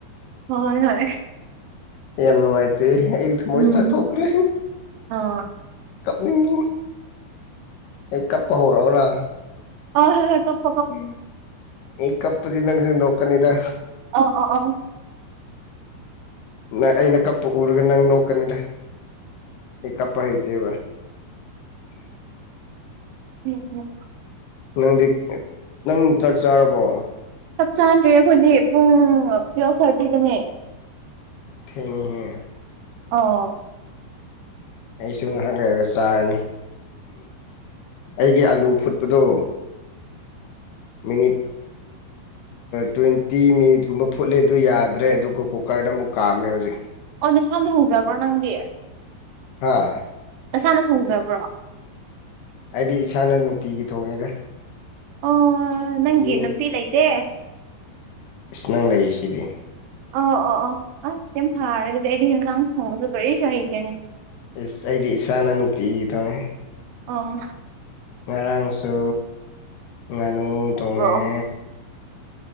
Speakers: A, on the right; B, on the left.
A: ꯍꯣꯏ ꯍꯣꯏ
B: ꯌꯥꯝ ꯅꯨꯡꯉꯥꯏꯇꯦ ꯑꯩ ꯊꯃꯣꯏ
A: ꯎꯝ
B: ꯆꯥꯛꯊꯣꯛꯈ꯭ꯔꯦ꯫
A: <unintelligible>
B: ꯀꯞꯅꯤꯡꯉꯤ ꯑꯩ ꯀꯞꯄ ꯍꯧꯔꯛꯑꯣꯔꯥ꯫
A: ꯑꯣ ꯍꯣꯏ <unintelligible>
B: ꯎꯝ ꯑꯩ ꯀꯞꯄꯗꯤ ꯅꯪꯁꯨ ꯅꯣꯛꯀꯅꯤꯗ꯫
A: ꯑꯣ ꯑꯣ ꯑ
B: ꯅꯪ ꯑꯩꯅ ꯀꯞꯄ ꯎꯔꯒ ꯅꯪ ꯅꯣꯛꯀꯅꯤꯗ꯫ ꯑꯩ ꯀꯞꯄ ꯍꯩꯇꯦꯕ
A: ꯎꯝ ꯎꯝ
B: ꯅꯪꯗꯤ ꯅꯪ ꯆꯥꯛ ꯆꯥꯔꯕꯣ꯫
A: ꯆꯞ ꯆꯥꯗ꯭ꯔꯦ ꯑꯈꯣꯏꯗꯤ ꯄꯨꯡ ꯇꯨꯌꯦꯞ ꯊ꯭ꯔ`ꯇꯤꯗꯅꯦ꯫
B: ꯊꯦꯡꯅꯤꯍꯦ
A: ꯑꯣ
B: ꯑꯩꯁꯨ ꯉꯥꯏꯍꯥꯛ ꯂꯩꯔꯒ ꯆꯥꯔꯅꯤ ꯑꯩꯒꯤ ꯑꯥꯂꯨ ꯐꯨꯠꯄꯗꯣ ꯃꯤꯅꯤꯠ
A: <unintelligible>
B: ꯇ꯭ꯋꯦꯟꯇꯤ ꯃꯤꯅꯤꯠꯀꯨꯝꯕ ꯐꯨꯠꯂꯦ ꯑꯗꯨ ꯌꯥꯗ꯭ꯔꯦ ꯑꯗꯨꯒ ꯀꯨꯀꯔꯗ ꯑꯃꯨꯛ ꯀꯥꯝꯃꯦ ꯍꯧꯖꯤꯛ
A: ꯑꯣ ꯅ ꯁꯝꯅ ꯍꯨꯗ꯭ꯔꯕ꯭ꯔꯣ ꯅꯪꯗꯤ
B: ꯍꯥꯥ
A: ꯅꯁꯥꯅ ꯊꯣꯡꯖꯕ꯭ꯔꯣ
B: ꯑꯩꯗꯤ ꯏꯁꯥꯅ ꯅꯨꯡꯇꯤꯒꯤ ꯊꯣꯡꯉꯦꯗ
A: ꯑꯣ
B: ꯑꯩꯗꯤ
A: ꯅꯪꯒꯤ
B: ꯃꯤ
A: ꯅꯨꯄꯤ ꯂꯩꯇꯦ
B: ꯏꯁ ꯅꯪ ꯂꯩꯔꯤꯁꯤꯗꯤ
A: ꯑꯧ ꯑꯣ ꯑꯣ ꯑꯁ ꯌꯥꯝ ꯐꯔꯦ ꯑꯗꯨꯗꯤ ꯑꯩꯗꯤ ꯍꯦꯟꯖꯥꯡ ꯊꯣꯡꯕꯁꯨ ꯀꯔꯤꯁꯨ ꯍꯩꯇꯦꯅꯦ
B: ꯏꯁ ꯑꯩꯗꯤ ꯏꯁꯥꯅ ꯅꯨꯡꯇꯤꯒꯤ ꯊꯣꯡꯉꯦ
A: ꯑꯣ
B: ꯉꯔꯥꯡꯁꯨ ꯉꯥꯅꯨ ꯊꯣꯡꯉꯦ
A: ꯕ꯭ꯔꯣ